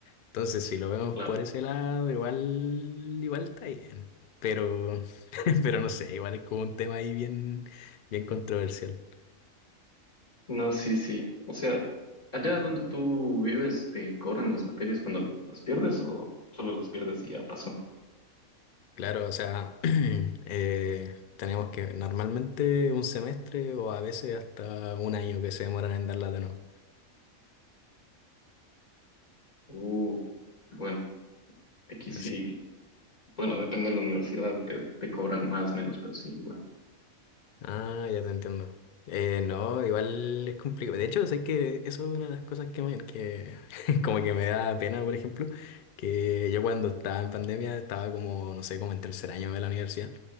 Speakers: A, on the left; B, on the left.
A: Entonces, si lo vemos
B: claro.
A: por ese lado, igual, igual está bien. Pero, <laughs> pero no sé, igual es como un tema ahí bien, bien controversial.
B: No, sí, sí. O sea, allá donde tú vives, ¿te cobran las materias cuando las pierdes o solo las pierdes y ya pasó?
A: Claro, o sea, <clears throat> eh, tenemos que normalmente un semestre o a veces hasta un año que se demoran en darla de nuevo.
B: Uh, bueno, aquí sí.
A: Así.
B: Bueno, depende de la universidad, te, te cobran más, menos, pero sí, igual.
A: Ah, ya te entiendo. Eh, no, igual es complicado. De hecho, sé que eso es una de las cosas que, me, que <laughs> como que me da pena, por ejemplo, que yo cuando estaba en pandemia estaba como, no sé, como en tercer año de la universidad